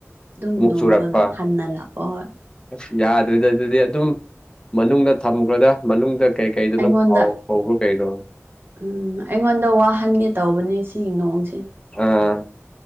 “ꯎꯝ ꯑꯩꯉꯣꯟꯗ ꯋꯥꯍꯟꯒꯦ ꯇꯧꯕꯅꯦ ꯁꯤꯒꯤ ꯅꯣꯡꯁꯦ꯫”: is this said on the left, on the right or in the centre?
Right